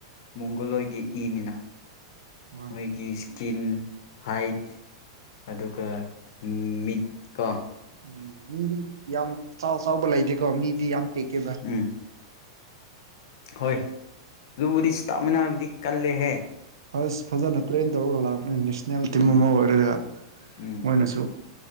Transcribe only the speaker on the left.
ꯃꯣꯡꯒꯣꯜꯏꯒꯤ ꯏꯅꯤꯅ
ꯃꯣꯏꯒꯤ ꯏꯁꯀꯤꯟ ꯍꯥꯏꯠ ꯑꯗꯨꯒ ꯃꯤꯠꯀꯣ
ꯎꯝ ꯍꯣꯏ ꯑꯗꯨꯕꯨꯗꯤ ꯁꯇꯥ ꯃꯅꯥꯕꯨꯗꯤ ꯀꯜꯂꯦꯍꯦ
ꯎꯝ
ꯎꯝ